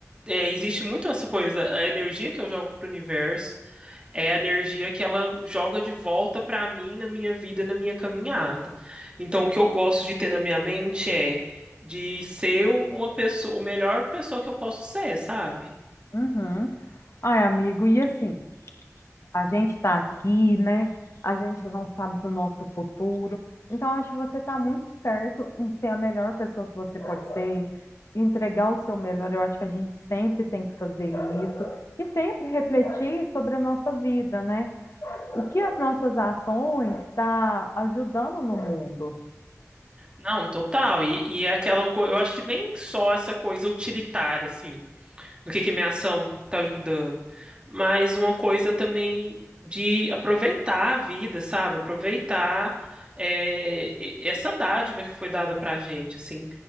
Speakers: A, on the right (about 20°); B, on the left (about 60°).
A: é, existe muito essa coisa, a energia que eu jogo pro universo. é a energia que ela joga de volta para mim na minha vida, na minha caminhada. Então, o que eu gosto de ter na minha mente é de ser uma pessoa, o melhor pessoa que eu posso ser, sabe?
B: Uhum. Ai, amigo, e assim, a gente tá aqui, né? A gente não sabe do nosso futuro. Então, acho que você tá muito certo em ser a melhor pessoa que você pode ser, entregar o seu melhor. Eu acho que a gente sempre tem que fazer isso e sempre refletir sobre a nossa vida, né? o que as nossas ações está ajudando no mundo.
A: Não, total. E, e é aquela coisa, eu acho que nem só essa coisa utilitária, assim. no que que minha ação tá ajudando, mas uma coisa também de aproveitar a vida, sabe? Aproveitar é, e- essa dádiva que foi dada pra gente, assim,